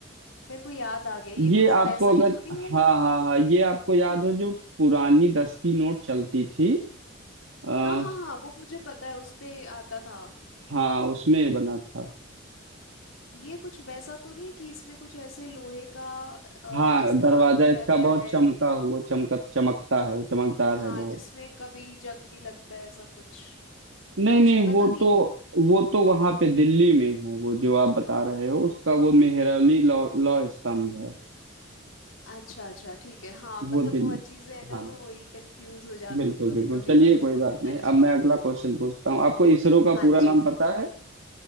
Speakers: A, on the left; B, on the right.
A: मेरे को याद आ गया ये
B: ये
A: कुछ
B: आपको
A: वैसा
B: अगर
A: ही तो नहीं
B: हाँ
A: है
B: हाँ हाँ ये आपको याद
A: जो
B: हो जो पुरानी दस की नोट चलती थी आ,
A: हाँ हाँ हाँ वो मुझे पता है उस पे आता था
B: हाँ उसमें बना था
A: ये कुछ वैसा तो नहीं है कि इसमें कुछ ऐसे लोहे का अ,
B: हाँ
A: इस्तेमाल
B: दरवाजा
A: किया
B: इसका
A: गया
B: बहुत
A: है
B: चमका हुआ चमका चमकता है चमकदार
A: ज- हाँ
B: है बहुत
A: जिसमें कभी जंग नहीं लगता है ऐसा कुछ
B: नहीं
A: कुछ
B: नहीं
A: पता
B: वो
A: नहीं
B: तो वो तो वहां पे दिल्ली में है वो जो आप बता रहे हो उसका वो मेहरौली लौ लौ स्तंभ है
A: अच्छा अच्छा ठीक है हाँ मतलब
B: वो दिल्ली
A: बहुत चीजें हैं ना
B: हाँ
A: तो वही कंफ्यूज हो जाती
B: बिल्कुल
A: हूँ कभी
B: बिल्कुल
A: कभी
B: चलिए
A: <laughs>
B: कोई
A: हाँ
B: बात नहीं
A: जी
B: अब मैं अगला क्वेश्चन पूछता हूँ आपको इसरो का
A: हाँ
B: पूरा
A: जी
B: नाम पता है